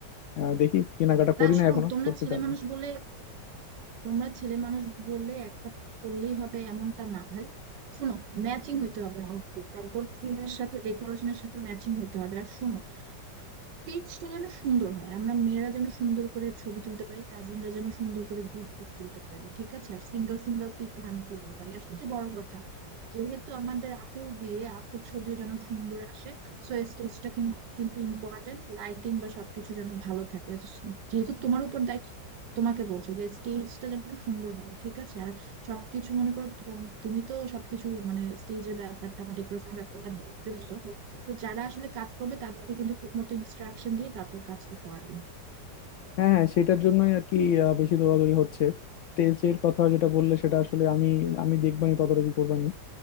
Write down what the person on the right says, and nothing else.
না
শোনো
তোমরা
ছেলে
মানুষ বলে তোমরা ছেলে মানুষ বললে একটা পরলেই হবে এমনটা না ভাই শোনো ম্যাচিং হতে হবে আউটফিট একদম থিমের সাথে ডেকোরেশনের সাথে ম্যাচিং হতে হবে আর শোনো টেক্সটটা যেন সুন্দর হয় আমরা মেয়েরা যেন সুন্দর করে ছবি তুলতে পারি কাজিনরা যেন সুন্দর করে গ্রুপ পিক তুলতে পারি ঠিক আছে আর সিঙ্গেল সিঙ্গেল পিক আমি তুলতে পারি আর সবচেয়ে বড় কথা যেহেতু আমাদের আপুর বিয়ে আপুর ছবিও যেন সুন্দর আসে সো স্টেজটা কিন্তু কিন্তু ইম্পর্টেন্ট লাইটিং বা সবকিছু যেন ভালো থাকে যেহেতু তোমার উপর দায়িত্ব তোমাকে বলছে যে স্টেজটা যেন সুন্দর হয় ঠিক আছে আর সবকিছু মনে করো তুম- তুমি তো সবকিছু মানে স্টেজের ব্যাপারটা বা ডেকোরেশন ব্যাপারটা দেখতেছো তো যারা আসলে কাজ করবে তাদেরকে কিন্তু ঠিক মতো ইনস্ট্রাকশন দিয়ে তারপর কাজটা করাবে